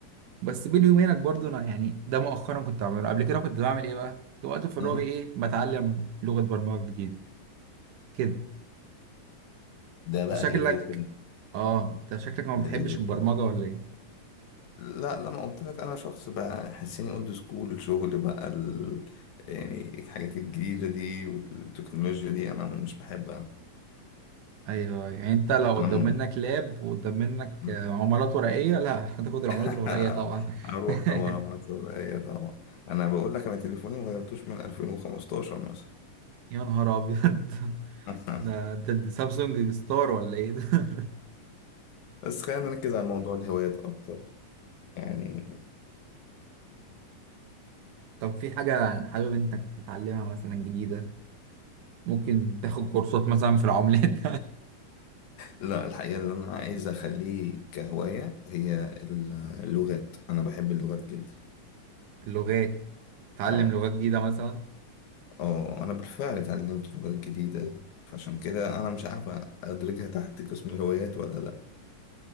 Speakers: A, on the right (about 75°); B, on the left (about 70°).
A: بس بيني وبينك برضو أنا يعني ده مؤخرا كنت بعمله قبل كده كنت بعمل إيه بقى؟ كنت وقت فراغي
B: مم.
A: إيه بتعلم لغة برمجة جديدة كده
B: ده
A: انت
B: بقى
A: شكلك
B: ليفل تاني
A: اه انت شكلك ما
B: ده
A: بتحبش
B: ليفل
A: البرمجة
B: تاني
A: ولا ايه
B: لا لما قلت لك انا شخص بقى حسيني اولد سكول الشغل بقى ال... يعني الحاجات الجديده دي والتكنولوجيا دي انا مش بحبها
A: ايوه ايوه. يعني انت لو
B: انا
A: قدام
B: م...
A: منك لاب وقدام منك
B: مم.
A: آه، عملات ورقية لا هتاخد العملات
B: <laughs>
A: الورقية طبعا
B: اروح
A: <laughs>
B: طبعا ما ايه طبعا انا بقول لك انا تليفوني ما غيرتوش من 2015 مثلا
A: يا نهار ابيض
B: <laughs>
A: ده ده ده سامسونج ستار ولا ايه ده <laughs>
B: بس خلينا نركز على موضوع الهوايات اكتر يعني
A: طب في حاجة حابب انك تتعلمها مثلا جديدة ممكن تاخد كورسات مثلا في العملات <laughs>
B: لا الحقيقة اللي أنا عايز أخليه كهواية هي اللغات أنا بحب اللغات جدا
A: اللغات تعلم
B: اه
A: لغات جديدة مثلا
B: اه أنا بالفعل اتعلمت لغات جديدة فعشان كده أنا مش عارف أدرجها تحت قسم الهوايات ولا لأ